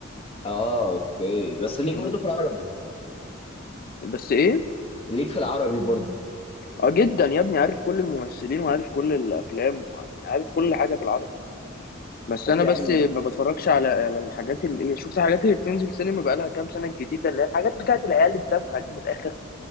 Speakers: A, on the left; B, on the left.
A: اه اوكي بس ليك
B: مم.
A: برضو في العربي
B: بس ايه
A: ليك في العربي برضو
B: اه جدا يا ابني عارف كل الممثلين وعارف كل الافلام يعني عارف كل حاجه في العربي بس
A: طب
B: انا
A: يا
B: بس
A: عم
B: ما بتفرجش على على الحاجات اللي ايه شفت الحاجات اللي بتنزل سينما بقالها كام سنه الجديده اللي هي الحاجات بتاعت العيال التافهه دي من الاخر